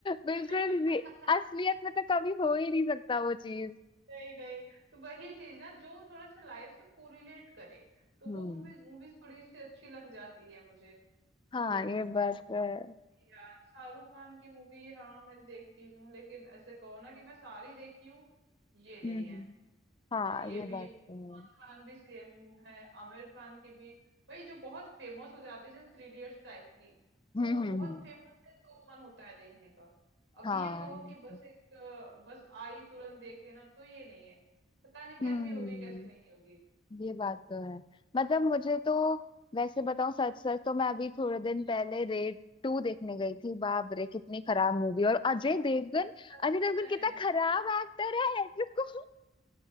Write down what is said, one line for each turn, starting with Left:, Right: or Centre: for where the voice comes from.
Left: बिल्कुल
Right: <laughs>
Left: भी असलियत में तो कभी हो ही नहीं सकता वो चीज
Right: नहीं नहीं तो वही चीज ना जो थोड़ा सा लाइफ से कोरिलेट करे तो
Left: हम्म
Right: वो मूवीज मूवीज थोड़ी सी अच्छी लग जाती है मुझे
Left: हाँ
Right: तो
Left: ये बात तो है
Right: यार शाहरुख खान की मूवी हाँ मैं देखती हूँ लेकिन ऐसे कहो ना कि मैं सारी देखी हूँ ये नहीं
Left: हम्म
Right: है
Left: हम्म, हाँ
Right: ये
Left: ये
Right: भी
Left: बात
Right: सलमान
Left: तो है
Right: खान भी सेम है आमिर खान की भी वही जो बहुत फेमस हो जाते हैं जैसे थ्री इडियट्स टाइप की
Left: हम्म
Right: तो वो
Left: हम्म हम्म,
Right: बहुत फेमस है तो मन होता है देखने का अब
Left: हाँ
Right: ये कहो
Left: ये
Right: कि
Left: तो-
Right: बस एक अ, बस आई तुरंत देखे ना तो ये नहीं है पता नहीं कैसी
Left: हम्म
Right: होगी कैसी नहीं होगी
Left: ये बात तो है मतलब मुझे तो वैसे बताऊं सच सच तो मैं अभी थोड़े दिन पहले रेड टू देखने गई थी बाप रे कितनी खराब मूवी और अजय देवगन
Right: सच
Left: अजय देवगन
Right: में
Left: कितना खराब एक्टर है <laughs> जिसको